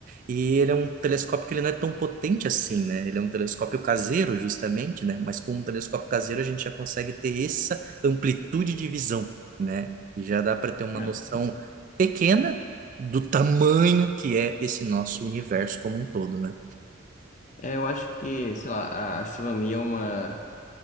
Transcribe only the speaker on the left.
É,
É, eu acho que, sei lá, a astronomia é uma